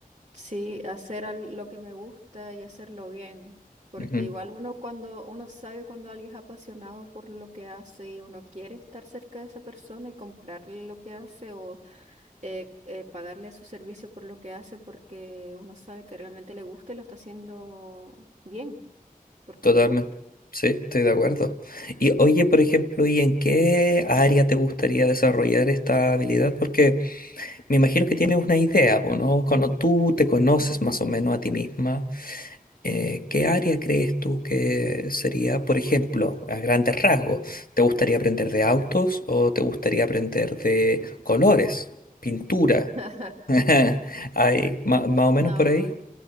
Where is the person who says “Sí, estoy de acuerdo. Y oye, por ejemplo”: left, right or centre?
Left